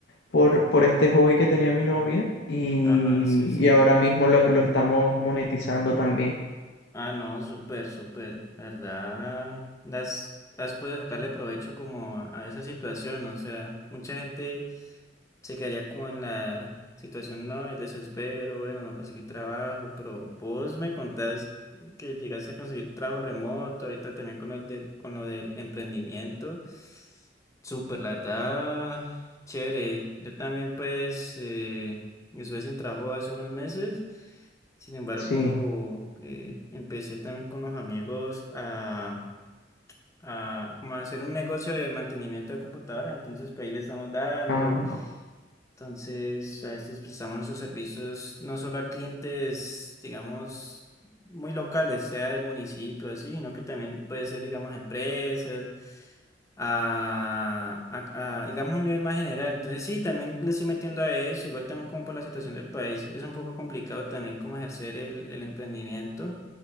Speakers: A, on the left; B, on the left.
A: por, por este hobby que tenía mi novia y,
B: ajá, sí, sí.
A: y ahora mismo lo, lo estamos monetizando también.
B: Ah, no, súper, súper, la ¿verdad? Las, has podido sacarle provecho como a, a esa situación, o sea, mucha gente se quedaría como en la situación, no, el desespero, bueno, no conseguí trabajo, pero vos me contás que llegaste a conseguir trabajo remoto, ahorita también con el de, con lo del emprendimiento, súper, la verdad, chévere, yo también pues eh, estuve sin trabajo hace unos meses. Sin embargo,
A: Sí,
B: eh, empecé también con unos amigos a, a como a hacer un negocio de mantenimiento de computadoras. Entonces, pues ahí le estamos dando.
A: ah,
B: Entonces, a veces prestamos nuestros servicios no solo a clientes, digamos, muy locales, sea del municipio, así, sino que también puede ser, digamos, a empresas, a, a- a, digamos, un nivel más general. Entonces, sí, también le estoy metiendo a eso, igual también como por la situación del país, es un poco complicado también como ejercer el, el emprendimiento,